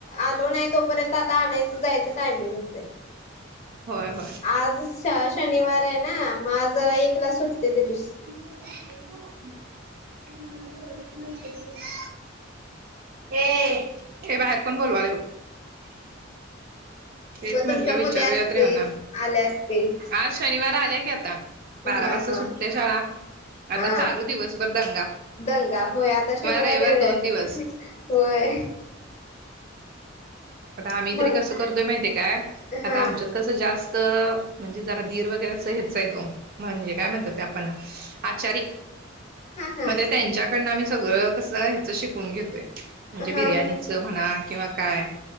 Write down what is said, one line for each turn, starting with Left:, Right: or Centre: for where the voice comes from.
Left: आलो नाही तोपर्यंत आता आणायचं जायचं टायमिंग होते
Right: होय होय
Left: आज शनिवार आहे ना मग आज एकला सुटते त्याच्या
Right: त म बत नाही क हे बाहेर कोण बोलूले बघ तेच
Left: मग
Right: म्हंटलं
Left: तुमच्या मुली
Right: विचारूयाते
Left: असतील
Right: यांना
Left: आल्या असतील.
Right: आज शनिवार आल्या की आता बारा
Left: हा
Right: वाजता
Left: हा
Right: सुटते शाळा आता
Left: हा
Right: चालू दिवसभर दंगा
Left: दंगा होय आता शनिवार
Right: रविवार
Left: रव
Right: दोन दिवस
Left: होय
Right: आता आम्ही
Left: म्हण
Right: तरी कसं करतोय माहिितय काय
Left: हा
Right: आता आमच्या कसं जास्त म्हणजे जरा धीर वगैरे अस हेचचाय तो म्हणजे काय म्हणतात ते आपण अचारी
Left: हा
Right: मग त्यांच्याकडं आमही सगळं कस ह्याच शिकून घेतोय म्हणजे बिर्याणीच
Left: हा हा
Right: म्हणा किं काय